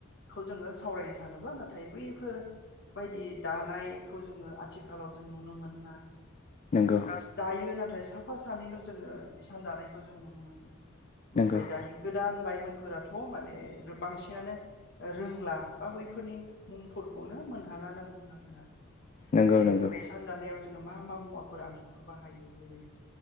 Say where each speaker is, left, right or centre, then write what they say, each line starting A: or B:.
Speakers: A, on the left (about 55°); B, on the left (about 35°).
A: खौ जोङो सावरायनो थाङोब्ला नाथाय बैफोर बायदि दानायखौ जोङो आथिखालाव जों नुनो मोनला
B: नंगौ
A: दायो नाथाय साफा सानैल' जोङो इसान दानायखौ जों नुनो मोनो
B: नंगौ
A: ओमफ्राय
B: रोंला
A: दानि गोदान लाइमोनफोराथ' माने बांसिनानो रोंला बा बैफोरनि मुंफोर- खौनो मोनहाला होननानै बुंनांगोन आरो जों
B: नंगौ
A: बे
B: नंगौ
A: जों इसान दानायाव जों मा मा मुवा- फोर आगजुफोर बाहायो जेरै